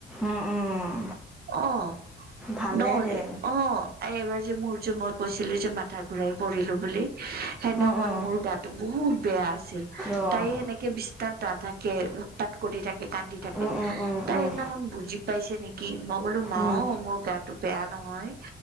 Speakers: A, in the centre; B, on the right.
A: উম, উম,
B: আহ।
A: ভালে
B: নহলে
A: দে
B: অ, এবাৰ যে মোৰ যে মত কৈছিলো যে মাথা ঘুৰাই পৰিলো বুলি সেদিখনন
A: উম, উম,
B: মোৰ গো বহুত বেয়া আছিল
A: অ'
B: তাই সেনেকে বিচনা নাথাকে। তাত কৰি থাকে, কান্দি থাকে,
A: উম, উম, উম,
B: তাই
A: উম,
B: সদিনাখনণ বুজি পাইছে নেকি। কি মই ক'লো মাও
A: উম,
B: মোৰ গাতটো বেয়া নহয়